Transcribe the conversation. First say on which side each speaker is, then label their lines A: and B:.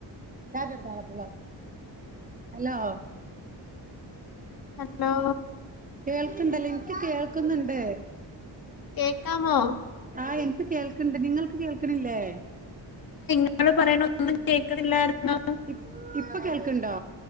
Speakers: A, on the right; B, on the left.
A: കേട്ടെടുതാള പവാ ഹലോ?
B: ഹലോ?
A: കേൾക്കണ്ടല്ലേ എനിക്ക് കേൾക്കുന്നുണ്ട്.
B: കേക്കാമോ
A: ആഹ് എനിക്ക് കേൾക്കണ്ട് നിങ്ങൾക്ക് കേൾക്കണില്ലേ?
B: നടെ പറയണ ഒന്നും കേക്കുന്നില്ലായിരുന്നോ.
A: ഇ ഇപ്പൊ കേൾക്കണ്ടോ?